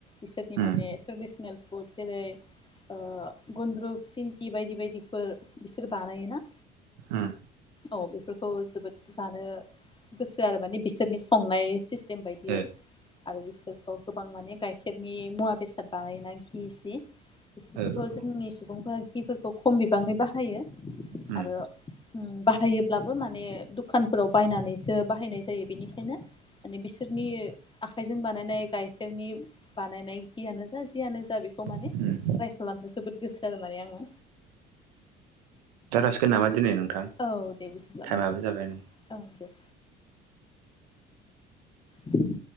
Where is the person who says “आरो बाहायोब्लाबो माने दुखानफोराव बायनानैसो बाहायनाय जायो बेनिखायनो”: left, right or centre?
Left